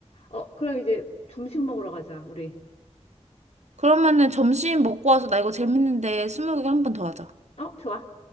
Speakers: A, on the left (about 65°); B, on the right (about 75°).
A: 어, 그럼 이제 점심 먹으러 가자. 우리.
B: 그러면은 점심 먹고 와서 나 이거 재밌는데 스무고개 한 번 더 하자.
A: 어, 좋아.